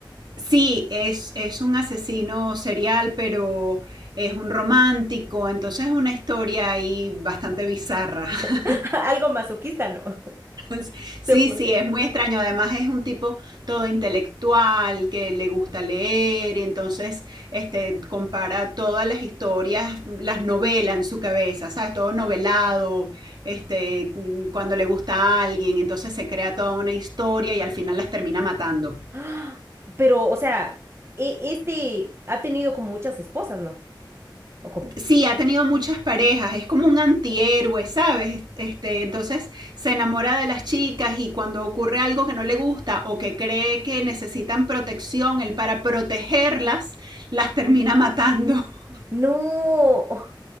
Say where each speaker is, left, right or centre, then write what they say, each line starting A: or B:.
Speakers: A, on the right; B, on the right.
A: Sí, es, es un asesino serial, pero es un romántico, entonces es una historia ahí bastante bizarra. <laughs>
B: <laughs> algo masoquista, no, <laughs>
A: <laughs> Sí,
B: se podría.
A: sí, es muy extraño. Además es un tipo todo intelectual que le gusta leer y entonces este, compara todas las historias, las novela en su cabeza, ¿sabes? Todo novelado, este, mm, cuando le gusta a alguien, entonces se crea toda una historia y al final las termina matando.
B: Ah, Pero, o sea, e- este ha tenido como muchas esposas, ¿no? ¿O cómo?
A: Sí, ha tenido muchas parejas, es como un antihéroe, ¿sabes? Este, entonces se enamora de las chicas y cuando ocurre algo que no le gusta o que cree que necesitan protección, él para protegerlas las termina matando. <laughs>
B: No. <laughs>